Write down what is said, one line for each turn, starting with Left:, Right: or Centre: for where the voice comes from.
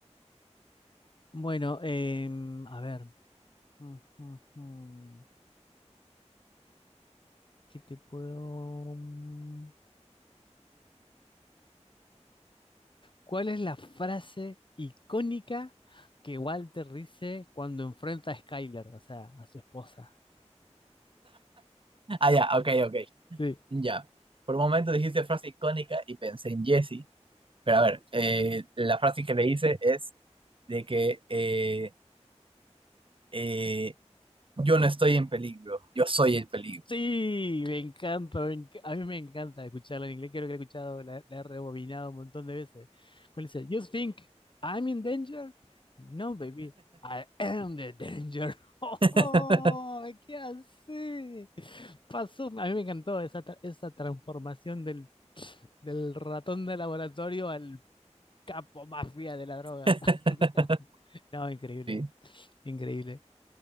Left: Bueno, em, a ver. Ujú, ujú. ¿Qué te puedo.? mm? ¿Cuál es la frase icónica que Walter dice cuando enfrenta a Skyler, o sea, a su esposa?
Right: Ah, ya, ok, ok,
Left: Sí.
Right: ya. Por un momento dijiste frase icónica y pensé en Jesse, pero a ver, eh, la frase que le hice es de que eh, eh, yo no estoy en peligro, yo soy el peligro.
Left: Sí, me encanta, me enc- a mí me encanta escucharla en inglés, creo que la he escuchado, la, la he rebobinado un montón de veces. Cuando dice, You think I'm in danger? No, baby, I am the danger. <laughs>
Right: <laughs>
Left: ¡Oh, qué así! Pasó, a mí me encantó esa, tra- esa transformación del, del ratón de laboratorio al Capo mafia de la droga.
Right: <laughs>
Left: <laughs> No, increíble,
Right: Sí.
Left: increíble.